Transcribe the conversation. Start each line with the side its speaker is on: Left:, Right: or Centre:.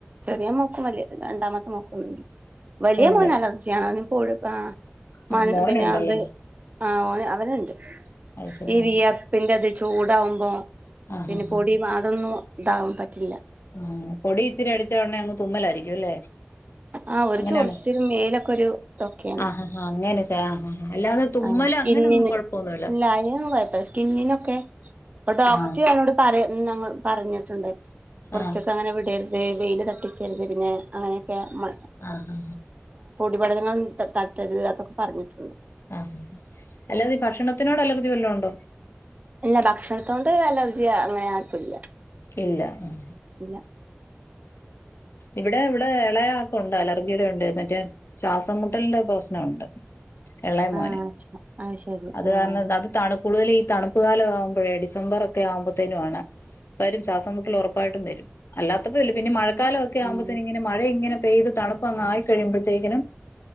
Right: ചെറിയ മോക്കും രണ്ടാമത്തെ മോക്കും ണ്ട് വലിയ
Left: ഉണ്ട്
Right: മോന്അലർജില്ല. ജാണ് പോട്കാ. മണ്
Left: ആ മോനുണ്ടല്ലേ
Right: പിന്നെ ത് ആ ഓന് അവന്ണ്ട്
Left: അത് ശരി
Right: ഈ വിഅ ർപിൻ്റത് ചൂടകുമ്പോ
Left: ആ
Right: പിന്നെ
Left: ഹാ ഹാ
Right: പൊടി അതൊന്നും ഇതാകാൻ പറ്റില്ല.
Left: ആഹ് പൊടി ഇച്ചിരി അടിച്ച ഉടനെഅങ്ങ് തുമ്മലായിരിക്കും അല്ലേ?
Right: ആ ഒരു
Left: അങ്ങനെയണോ
Right: ചൊറിച്ചിലും മേലൊക്കെ ഒരു ഇതൊക്കെയാണ്
Left: ആഹ് ആഹ്അങ്ങെനെ ചാ അല്ലാതെ. തുമ്മല്
Right: ആ സ്കിന്നിന്
Left: അങ്ങനെയൊന്നും കുഴപ്പമൊന്നുമില്ല
Right: ഇല്ല അയ്നെന്നും കൊഴ്പ്പല്ല സ്കിന്നിനൊക്കെ ന്നട്ട്പ്പൊ ഡോക്റ്റോനോട്
Left: ആ
Right: പറ ഞങ്ങൾ പറഞ്ഞിട്ടുണ്ട് പൊർത്ത്ക്ക
Left: ആ
Right: ങ്ങനെ വിടര് വെയ്ല് തട്ടിച്ചരുത് പിന്നെ അങ്ങനെയൊക്കെ മ
Left: ആഹ്.
Right: വിപടനങ്ങളൊന്നും തട്ടരുത് അതൊക്കെ പറഞ്ഞിട്ടുണ്ട്.
Left: ആഹ്, അല്ലാതെഈ ഭക്ഷണത്തിനോട് അലർജി വല്ലോം ഉണ്ടോ?
Right: ഇല്ല ഭക്ഷണത്തോണ്ട് അലർജി അങ്ങനെ ആർക്കും ഇല്ല.
Left: ഇല്ല ഉം.
Right: ഇല്ല
Left: ഇവിടെവിടെ ഇളയാക്കുണ്ട് അലർജിയുടെ ഇണ്ട് മറ്റേ ശ്വാസം മുട്ടലിന്റെ പ്രശ്നോണ്ട്. എള്ളയ മോന്,
Right: ആഹ് ശ ആഹ് ശരി
Left: അത്
Right: ആഹ്
Left: കാരണം അത്. തണുപ്പു ള്ള കൂടുതൽ ഈ തണുപ്പ്കാല ആവുമ്പോഴേ ഡിസംബർ ഒക്കെ ആവുമ്പോത്തിനുആണ്. വരും ശ്വാസം മുട്ടല് ഉറപ്പായിട്ടും വരും. അല്ലാത്തപ്പോല്ലപിന്ന മഴക്കാലം
Right: ഉം
Left: ഒക്കെ ആവുമ്പോത്തിനിങ്ങി.
Right: ഉം
Left: മഴ ഇങ്ങനെ പെയ്ത് തണുപ്പ് അങ്ങ് ആയിക്കഴിയുമ്പോത്തേക്കിനും